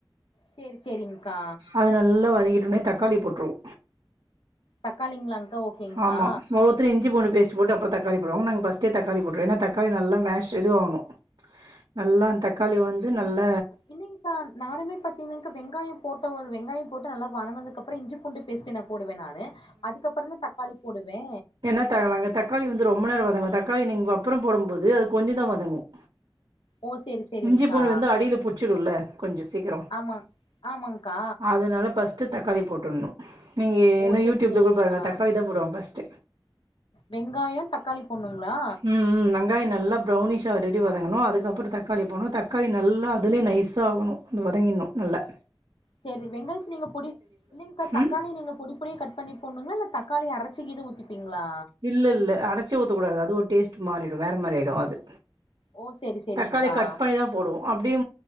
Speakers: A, on the left; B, on the right.
A: சேரி சேரிங்கா
B: அத நல்லா வதக்கிட்டோன தக்காளி போட்டுருவோ
A: தக்காளிங்களாங்க்கா ஓகேங்க்கா
B: ஆமா இஞ்சி பூண்டு பேஸ்ட் போட்டு அப்பற தக்காளி போடுவங்க நாங்க ஃபஸ்டே தக்காளி போட்ருவே ஏனா தக்காளி நல்லா மேஷ் எது ஆகனும் நல்லா அந்த தக்காளி வந்து நல்ல
A: இல்லேங்கா நானுமே பாத்தீங்கன்னா வெங்காயம் போட்ட வெங்காயம் போட்டு நல்லா வதங்குனதுக்கப்றம் இஞ்சி பூண்டு பேஸ்ட் நா போடுவேன் நானு அதுக்கப்ற தா தக்காளி போடுவே
B: என்னத வாங்கது தக்காளி வந்து ரொம்ப நேரம் வதங்க தக்காளி நீங்க அப்றம் போடும் போது அது கொஞ்ச தா வதங்கும்
A: ஓ செரி செரிங்க்கா
B: இஞ்சி பூண்டு வந்து அடியில புச்சுடுல்ல கொஞ்ச சீக்கர
A: ஆமா ஆமாங்க்கா
B: அதுனால பஸ் தக்காளி போட்ருணு நீங்க இன்னு
A: ஓ செரி
B: யூடியூப்ல
A: செரிங்க்கா
B: கூட பாருங்க தக்காளி தா போடுவாங்க ஃபஸ்ட்
A: வெங்காயோ தக்காளி போட்ணுங்களா
B: ம் ம் வெங்காய் நல்லா ப்ரௌனிஷ் வடி வதங்கணும் அதுக்கப்றம் தக்காளி போனும் தக்காளி நல்லா அதுலே நைசா ஆகணும் வதங்கிணு நல்ல <unintelligible>
A: சரி வெங்காயத்து நீங்க புடி இல்லிங்கக்கா தக்காளி
B: ம்
A: நீங்க புடி அப்டியே கட் பண்ணி போணுங்களா இல்ல தக்காளி அரைச்சுது ஊத்திபிங்களா
B: இல்ல இல்ல அரச்ச ஊத்தக்கூடாது அது ஒரு டேஸ்ட் மாறிவிடும் வேறு மாரிகிடும் அது
A: ஓ செரி செரிங்க்கா
B: தக்காளிய கட் பண்ணி தா போ அப்டியு